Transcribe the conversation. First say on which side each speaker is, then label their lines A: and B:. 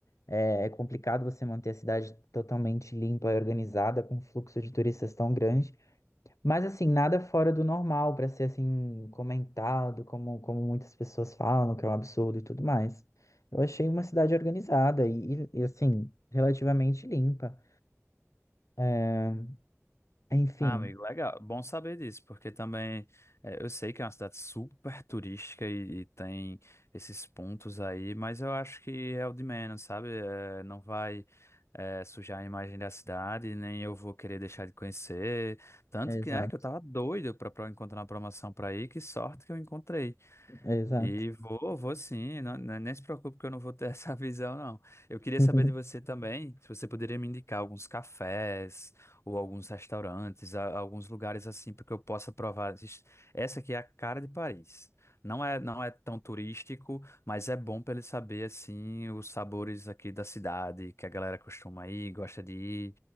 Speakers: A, on the left (about 75°); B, on the left (about 55°).
A: é, é complicado você manter a cidade totalmente limpa e organizada, com um fluxo de turistas tão grande. Mas assim, nada fora do normal para ser assim comentado, como, como muitas pessoas falam, que é um absurdo e tudo mais. Eu achei uma cidade organizada e, e, e, assim, relativamente limpa. É, enfim,
B: Ah, amigo, legal. Bom saber disso, porque também eh, eu sei que é uma cidade super turística e, e tem esses pontos aí, mas eu acho que é o de menos, sabe? Eh, não vai eh, sujar a imagem da cidade, nem eu vou querer deixar de conhecer. Tanto
A: exato,
B: que, né, que eu tava doido pra, pra encontrar uma promoção pra ir, que sorte que eu encontrei.
A: exato.
B: E vou, vou sim, não, não- nem se preocupe que eu não vou ter <laughs> essa visão, não. Eu queria
A: <laughs>
B: saber de você também, se você poderia me indicar alguns cafés ou alguns restaurantes, a- alguns lugares assim, para que eu possa provar. Diz- Essa aqui é a cara de Paris. Não é, não é tão turístico, mas é bom para ele saber assim os sabores aqui da cidade, que a galera costuma ir, gosta de ir,